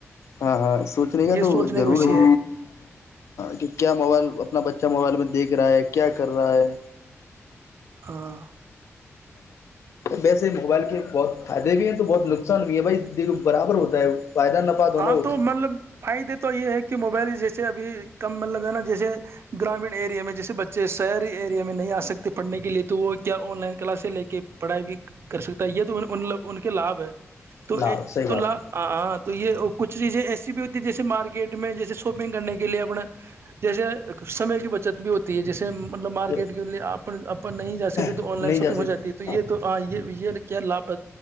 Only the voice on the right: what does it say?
یہ
سوچنے
کا وشے
ہاں
ہاں
تو مطلب فائدے تو یہ ہے کہ کہ موبائل جیسے ابھی کم مطلب ہے نا جیسے گرامین ایریے میں جیسے بچے شہری ایریا میں نہیں آ سکتے پڑھنے کے لیے تو وہ کیا آن لائن کلاسیں لے کے پڑھائی بھی کر سکتا ہے یہ تو ان ل ان کے لابھ ہے تو
یہ
تو
لا <unintelligible> تو یہ کچھ چیزیں ایسی بھی ہوتی جیے مارکٹ کیٹ میں جیسے شاپنگ کرنے کے لیے اپنا جیسے سمے کی بچت بھی ہوتی ہے جیسے مطلب
مارکیٹ کے لیے اپن اپن نہیں جا سکتے
تو آن لائن شاپنگ
ہو جاتی ہے تو یہ تو یہ کیا لابھ لابھ